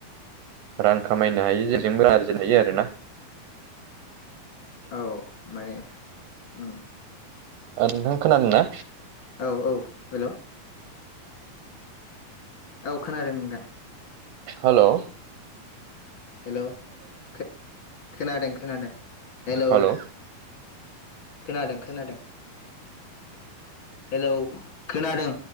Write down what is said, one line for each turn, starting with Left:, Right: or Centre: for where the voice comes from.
Right: रां खामायनो हायो जेजोंबो आरजिनो हायो आरो ना
Left: औ माने औ
Right: नोंथां खोनादों ना
Left: औ औ हेलौ औ खोनादों नोंथां
Right: हेलौ
Left: हेलौ खो खोनादों खोनादों हेलौ
Right: हेल'
Left: खोनादों खोनादों हेलौ खोनादों।